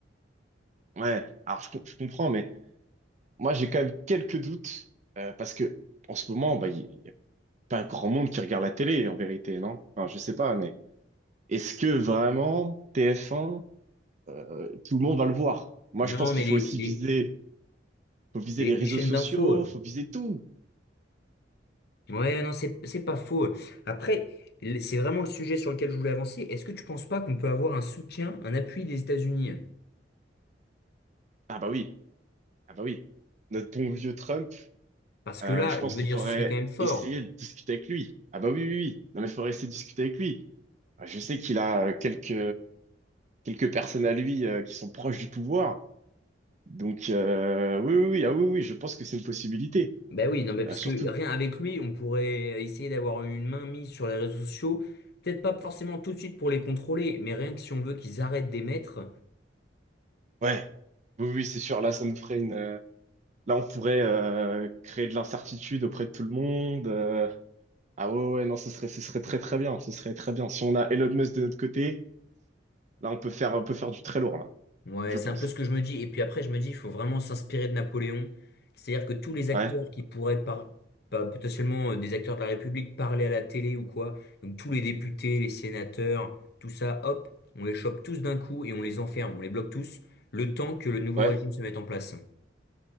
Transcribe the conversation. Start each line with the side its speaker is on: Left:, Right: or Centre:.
Right: ouais. Alors je, com- je comprends, mais moi j'ai quand même quelques doutes euh, parce que en ce moment, bah il y, y a pas grand monde qui regarde la télé en vérité, non? Enfin je sais pas, mais est-ce que vraiment TF1 euh, tout le monde va le voir. Moi,
Left: Non,
Right: je pense qu'il
Left: mais les,
Right: faut aussi
Left: les,
Right: viser, faut viser
Left: les,
Right: les réseaux
Left: les chaînes
Right: sociaux,
Left: d'infos. euh.
Right: faut viser tout.
Left: Ouais, non, c'est, c'est pas faux. Après, l- c'est vraiment le sujet sur lequel je voulais avancer. Est-ce que tu penses pas qu'on peut avoir un soutien, un appui des États-Unis?
Right: Ah bah oui, ah bah oui. Notre bon vieux Trump,
Left: Parce que
Right: euh,
Left: là,
Right: je pense
Left: je veux
Right: qu'il
Left: dire,
Right: faudrait
Left: ce serait quand même fort.
Right: essayer de discuter avec lui. Ah bah oui, oui, oui. Non mais il faudrait essayer de discuter avec lui. Euh, Je sais qu'il a euh, quelques quelques personnes à lui euh, qui sont proches du pouvoir. Donc euh, oui, oui, oui, ah oui, oui, je pense que c'est une possibilité.
Left: Ben oui, non, mais parce
Right: Euh, surtout,
Left: que rien avec lui, on pourrait essayer d'avoir une main mise sur les réseaux sociaux. Peut-être pas forcément tout de suite pour les contrôler, mais rien que si on veut qu'ils arrêtent d'émettre.
Right: ouais, oui, oui, c'est sûr. Là, ça nous ferait une. euh, Là, on pourrait euh, créer de l'incertitude auprès de tout le monde. euh, Ah ouais, ouais, ouais, non, ce serait, ce serait très très bien. Ce serait très bien. Si on a Elon Musk de notre côté, là, on peut faire, on peut faire du très lourd, là,
Left: Ouais,
Right: je
Left: c'est
Right: pense.
Left: un peu ce que je me dis. Et puis après, je me dis, il faut vraiment s'inspirer de Napoléon. C'est-à-dire que tous les acteurs
Right: Ouais,
Left: qui pourraient par, pas- potentiellement euh, des acteurs de la République parler à la télé ou quoi, donc tous les députés, les sénateurs, tout ça, hop, on les chope tous d'un coup et on les enferme, on les bloque tous, le temps que le nouveau
Right: ouais,
Left: régime se mette en place.